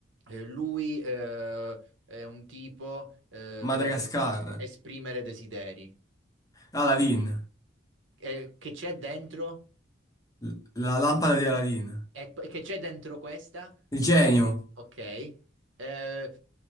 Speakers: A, on the right; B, on the left.
A: eh, lui eh, è un tipo eh, per
B: Madagascar.
A: esprimere desideri.
B: Aladdin,
A: Eh, che c'è dentro?
B: l- la lampada di Aladdin.
A: E p- che c'è dentro questa?
B: Il genio,
A: Ok. Eh, eh,